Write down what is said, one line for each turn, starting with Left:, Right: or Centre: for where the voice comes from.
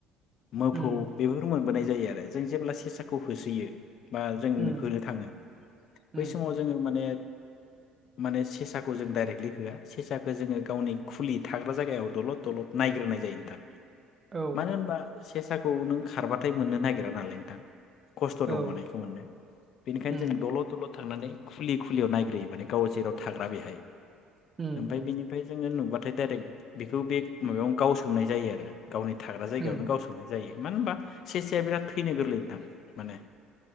Left: मोफौ
Right: उम
Left: बेफोर मोनबोनाय जायो आरो जों जेब्ला सेसाखौ होसोयो बा जों
Right: उम
Left: होनो थाङो
Right: उम
Left: बै समाव जोङो माने माने सेसाखौ जों डाइरेकलि होआ सेसाखौ जोङो गावनि खुलि थाग्रा जायगायाव दलद दलद नायग्रोनाय जायो नोंथां
Right: औ
Left: मानो होनबा से खौ नों खारबाथाय मोननो नागिरा नालाय नोंथां खस्थ'
Right: औ
Left: दंमोन बेखौ मोननो बेनिखायनो
Right: उम
Left: जों थल' दल' थांनानै खुलि खुलियाव नायग्रोयो माने गाव जेराव थाग्रा बेहाय
Right: उम
Left: ओमफ्राय
Right: उम
Left: बिनिफ्राय जोङो नुबा ओमफ्राय डाइरेक्ट बेखौ बे माबायावनो गावसोमनाय जायो आरो गावनि थाग्रा जायगायावनो
Right: उम
Left: गावसोमनाय जायो मानो होनबा सेेसाया बिराद थैनो गोरलै नोंथां माने